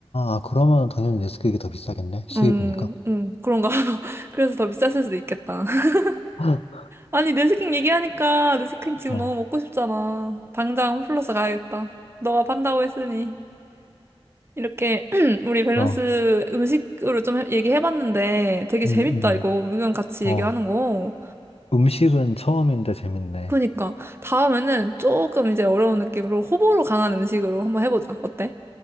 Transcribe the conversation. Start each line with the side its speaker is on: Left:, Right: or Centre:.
Left: 아, 그러면 당연히 네스킥이 더 비싸겠네. 수입이니까.
Right: 음, 음, 그런가 봐. <laughs> 그래서 더 비쌌을 수도 있겠다. <laughs>
Left: <laughs>
Right: 아니, 내스킨 얘기하니까 내스킨 지금
Left: 어,
Right: 너무 먹고 싶잖아. 당장 홈플러스 가야겠다. 너가 판다고 했으니. 이렇게 <clears throat> 우리 밸런스
Left: 어,
Right: 음식으로 좀 해- 얘기해봤는데 되게 재밌다,
Left: 음, 음,
Right: 이거. 의견 같이
Left: 어.
Right: 얘기하는 거.
Left: 음식은 처음인데 재밌네.
Right: 그러니까 다음에는 조금 이제 어려운 느낌으로 호불호 강한 음식으로 한번 해보자. 어때?